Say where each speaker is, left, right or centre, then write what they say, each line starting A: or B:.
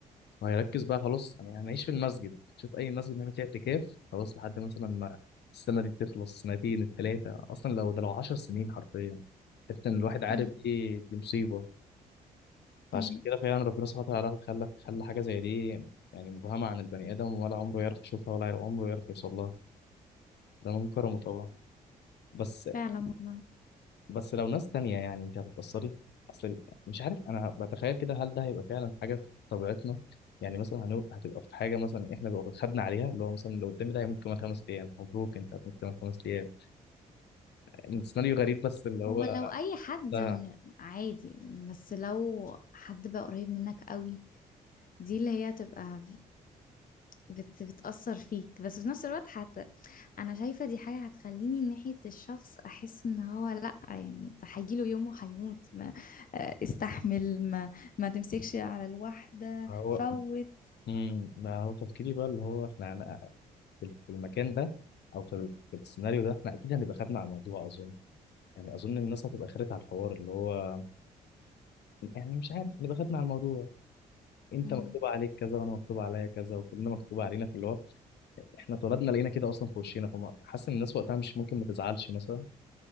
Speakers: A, on the left; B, on the left.
A: وهيركز بقى خلاص يعني هنعيش في المسجد شوف اي مسجد نعمل فيه اعتكاف خلاص لحد مثلا ما السنه دي تخلص سنتين التلاته اصلا لو ده لو 10 سنين حرفيا حتى ان الواحد عارف
B: مم.
A: ايه دي مصيبه فعشان
B: امم
A: كده فعلا ربنا سبحانه وتعالى خلى خلى حاجه زي دي يعني مبهمه عن البني ادم ولا عمره يعرف يشوفها ولا عمره يعرف يوصل لها ده من كرمه طبعا بس
B: فعلا والله
A: بس لو ناس تانية يعني انت هتتأثري اصل مش عارف انا بتخيل كده هل ده هيبقى فعلا حاجة في طبيعتنا يعني مثلا هنو... هتبقى في حاجة مثلا احنا لو خدنا عليها اللي هو مثلا لو قدامي ده هيموت كمان خمس ايام مبروك انت هتموت كمان خمس ايام من سيناريو غريب بس اللي هو
B: هو لو اي حد
A: ده
B: م- عادي بس لو حد بقى قريب منك قوي دي اللي هي تبقى بت بتأثر فيك بس في نفس الوقت حتى انا شايفة دي حاجة هتخليني ناحية الشخص احس ان هو لا يعني ده هيجيله يوم وهيموت ما آه، استحمل ما ما تمسكش على الواحدة
A: هو
B: فوت
A: امم ما هو تفكيري بقى اللي هو احنا هن... في في المكان ده او في ال- في السيناريو ده احنا اكيد هنبقى خدنا على الموضوع اظن يعني اظن الناس هتبقى خدت على الحوار اللي هو يعني مش عارف هنبقى خدنا على الموضوع انت
B: امم
A: مكتوب عليك كذا وانا مكتوب عليا كذا وكلنا مكتوب علينا في اللي هو احنا اتولدنا لقينا كده اصلا في وشنا فحاسس ان الناس وقتها مش ممكن ما تزعلش مثلا